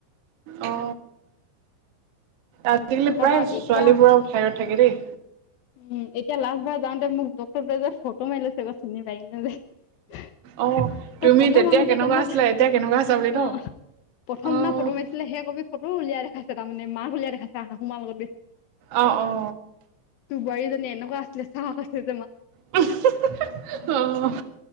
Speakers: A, on the right; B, on the left.
A: অ', আজিকালি
B: তাৰপা
A: প্ৰায় ছোৱালীবোৰৰ
B: এতিয়া
A: থাইৰইড থাকে দেই।
B: উম এতিয়া লাষ্টবাৰ যাওঁতে মোক ডক্টৰ টোৱে যে ফটো মাৰি লৈছে চিনি পাই কিনি
A: অ', তুমি
B: তই প্ৰথম
A: তেতিয়া
B: আহোতে
A: কেনেকুৱা
B: কেনে
A: আছিলা
B: অ',
A: এতিয়া
B: অ'
A: কেনেকুৱা আছা বুলি ন?
B: প্ৰথম
A: অ',
B: দিনা ফটো মাৰিছিলে সেই কপি ফটোও উলিয়াই দেখাইছে তাৰমানে মাক উলিয়াই দেখাইছে সাহু মা লগত গৈ
A: অ', অ'।
B: বোৱাৰীজনী এনেকুৱা আছিলে চাহ কৈছ
A: <unintelligible> অ'।